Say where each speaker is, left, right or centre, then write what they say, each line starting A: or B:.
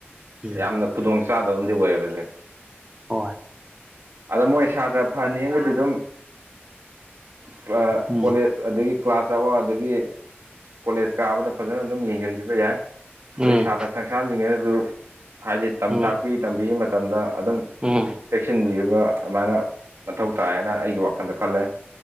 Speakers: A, on the right; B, on the right.
A: ꯎꯝ
B: ꯌꯥꯝꯅ ꯈꯨꯗꯣꯡ ꯆꯥꯗꯕ ꯑꯃꯗꯤ ꯑꯣꯏꯌꯦꯕꯁꯦ
A: ꯍꯣꯏ
B: ꯑꯗ ꯃꯣꯏ ꯁꯥꯇ꯭ꯔ ꯐꯍꯟꯅꯤꯡꯒꯗꯤ ꯑꯗꯨꯝ ꯀ꯭ꯂ
A: ꯎꯝ
B: ꯀꯣꯂꯦ ꯑꯗꯒꯤ ꯀ꯭ꯂꯥꯁ ꯑꯎꯔ ꯑꯗꯒꯤ ꯀꯣꯂꯦꯖ ꯀꯥꯕꯗ ꯐꯖꯅ ꯑꯗꯨꯝ ꯌꯦꯡꯖꯟꯕꯤꯕ ꯌꯥꯏ꯫
A: ꯎꯝ
B: ꯑꯗꯩ ꯁꯥꯇ꯭ꯔ ꯁꯪꯊꯥꯟꯖꯤꯡꯖꯤꯅꯖꯨ ꯍꯥꯏꯗꯤ ꯇꯥꯝ
A: ꯎꯝ
B: ꯇꯥꯛꯄꯤ ꯇꯝꯕꯤ ꯃꯇꯝꯗ ꯑꯗꯨꯝ
A: ꯎꯝ
B: ꯆꯦꯛꯁꯤꯟꯕꯤꯌꯤꯕ ꯑꯃꯥꯏꯅ ꯃꯊꯧ ꯇꯥꯏꯅ ꯑꯩꯒꯤ ꯋꯥꯈꯜꯗ ꯈꯜꯂ‌ꯦ